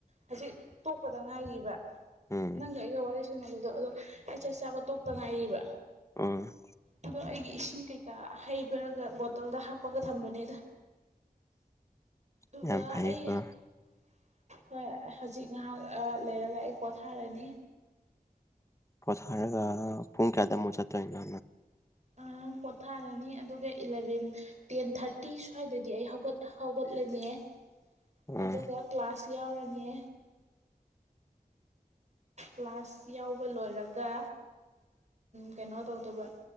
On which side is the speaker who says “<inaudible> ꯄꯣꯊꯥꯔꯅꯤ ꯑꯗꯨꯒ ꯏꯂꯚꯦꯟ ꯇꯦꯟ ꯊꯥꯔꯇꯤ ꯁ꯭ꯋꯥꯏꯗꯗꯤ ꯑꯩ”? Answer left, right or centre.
Right